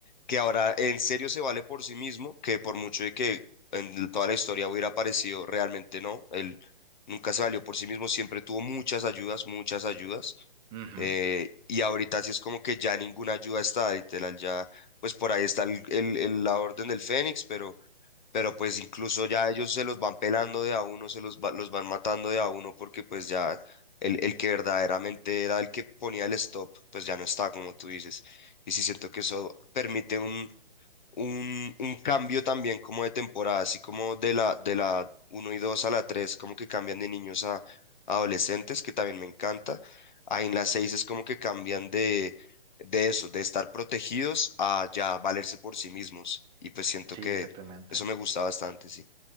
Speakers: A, on the left; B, on the right.
A: que ahora en serio se vale por sí mismo, que por mucho de que en toda la historia hubiera aparecido, realmente no, él nunca se valió por sí mismo, siempre tuvo muchas ayudas, muchas ayudas.
B: Ujú,
A: Eh, y ahorita sí es como que ya ninguna ayuda está, literal, ya, pues por ahí está el, el- el- la Orden del Fénix, pero pero pues incluso ya ellos se los van pelando de a uno, se los, va- los van matando de a uno porque pues ya el, el que verdaderamente era el que ponía el stop, pues ya no está, como tú dices. Y sí siento que eso permite un, un cambio también como de temporada, así como de la, de la uno y 2 a la 3 como que cambian de niños a, a adolescentes, que también me encanta. Ahí en la 6 es como que cambian de, de eso, de estar protegidos a ya valerse por sí mismos. Y pues siento
B: Sí,
A: que
B: exactamente.
A: eso me gusta bastante, sí.